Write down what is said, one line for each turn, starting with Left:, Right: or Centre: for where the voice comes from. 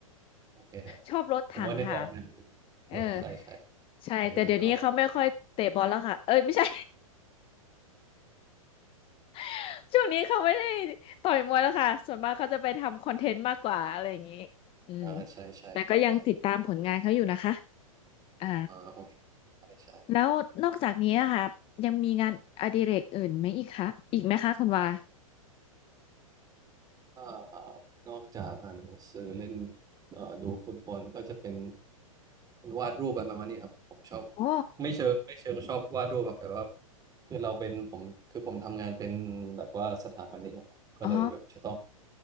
Right: โอเคฮะ
Left: ชอบรถถังค่ะ
Right: ผมก็นึกออกนะ
Left: เออ
Right: บัวใช่ใช่
Left: ใช่แต่เดี๋ยวนี้เขาไม่ค่อยเตะบอลแล้วค่ะเอ้ยไม่ใช่
Right: เคยได้ยินอ๋อ
Left: <laughs> ช่วงนี้เขาไม่ได้ต่อยมวยแล้วค่ะส่วนมากเขาจะไปทำคอนเทนต์มากกว่าอะไรอย่างนี้อืม
Right: อ่าใช่ใช่ใช่
Left: แต่ก็ยังติดตามผลงานเขาอยู่นะคะอ่า
Right: อ่าโอเคใช่ใช่
Left: แล้วนอกจากนี้อะค่ะยังมีงานอดิเรกอื่นไหมอีกคะอีกไหมคะคุณวา
Right: เอ่อนอกจากอ่านหนังสือเล่นเอ่อดูฟุตบอลก็จะเป็นวาดรูปอะไรประมาณนี้ครับผมชอบ
Left: โอ้
Right: ไม่เชิงไม่เชิงชอบวาดรูปแบบแต่ว่าคือเราเป็นผมคือผมทำงานเป็นแบบว่าสถาปนิกอะครับก็เลยแบบจะต้อง
Left: อ๋อ